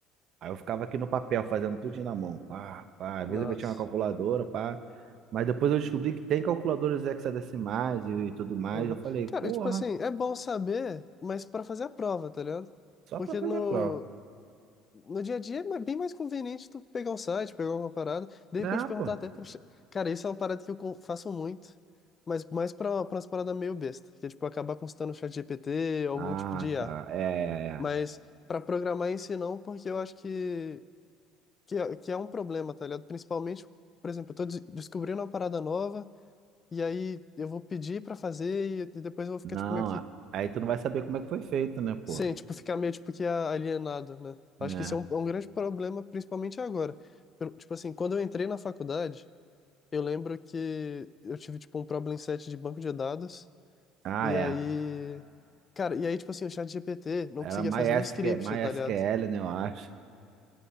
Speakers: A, on the right; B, on the left.
A: Aí eu ficava aqui no papel, fazendo tudinho na mão. Pá, pá. Às
B: Nossa.
A: vezes eu metia uma calculadora, pá. Mas depois eu descobri que tem calculadoras hexadecimais e, e tudo mais.
B: Aham.
A: Eu falei,
B: Cara,
A: porra,
B: tipo assim, é bom saber, mas pra fazer a prova, tá ligado?
A: só
B: Porque
A: pra fazer
B: no,
A: a prova.
B: no dia a dia é ma- bem mais conveniente tu pegar um site, pegar uma parada, de
A: Não,
B: repente perguntar
A: pô.
B: até pro. che- Cara, isso é uma parada que eu con- faço muito. Mas mais pra, pra umas paradas meio besta, que é tipo acabar consultando o chat GPT, algum
A: Ah,
B: tipo de I
A: tá.
B: a
A: É, é, é.
B: Mas para programar em si não, porque eu acho que, que, é- que é um problema, tá ligado? Principalmente, por exemplo, eu tô des- descobrindo uma parada nova e aí eu vou pedir para fazer e, e depois eu vou ficar
A: Não,
B: tipo meio que
A: aí tu não vai saber como é que foi feito, né, pô?
B: sem, tipo, ficar meio tipo que alienado, né?
A: Né?
B: Acho que isso é um, é um grande problema, principalmente agora. Pelo- tipo assim, quando eu entrei na faculdade, eu lembro que eu tive tipo um problem set de banco de dados
A: Ah,
B: e
A: é.
B: aí, cara, e aí tipo assim, o chat GPT não
A: Era
B: conseguia
A: MySQL,
B: fazer um script,
A: MySQL,
B: tá ligado?
A: né, eu acho.